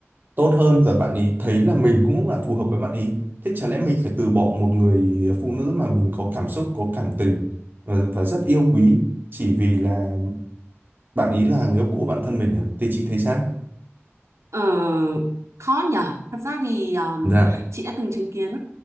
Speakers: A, on the right; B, on the right.
A: tốt hơn và bạn ý thấy là mình cũng là phù hợp với bạn ý thế chả lẽ mình phải từ bỏ một người phụ nữ mà mình có cảm xúc có cảm tình và, và rất yêu quý chỉ vì là bạn ý là người yêu cũ của bản thân mình à thì chị thấy sao
B: Ờ, khó nhở thật ra thì um,
A: dạ
B: chị đã từng chứng kiến